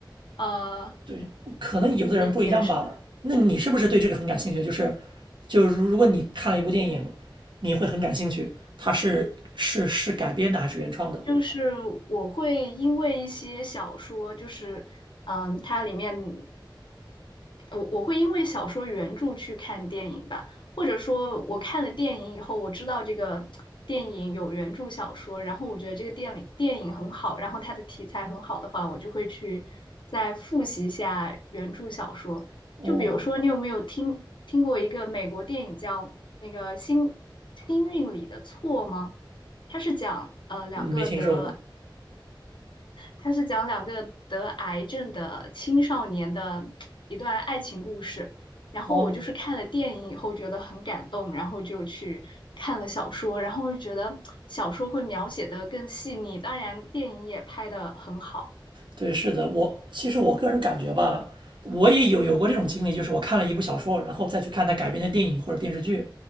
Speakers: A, on the left; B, on the right.
A: 呃，
B: 对，可能有的人不一样吧。
A: 也也是，
B: 那你是不是对这个很感兴趣？就是，就如如果你看了一部电影，你会很感兴趣，它是是是改编的还是原创的？
A: 就是我会因为一些小说，就是嗯，它里面我我会因为小说原著去看电影吧，或者说我看了电影以后，我知道这个电影有原著小说，然后我觉得这个电影电影很好，然后它的题材很好的话，我就会去再复习一下原著小说。
B: 哦，
A: 就比如说，你有没有听听过一个美国电影叫那个《星星运里的错》吗？它是讲呃两个得
B: 嗯没听说过。
A: 它是讲两个得癌症的青少年的一段爱情故事。然后我就是看了电影以后觉得很感动，
B: 哦。
A: 然后就去看了小说，然后就觉得小说会描写的更细腻，当然电影也拍的很好。
B: 对，是的，我其实我个人感觉吧，我也有有过这种经历，就是我看了一部小说，然后再去看它改编的电影或者电视剧，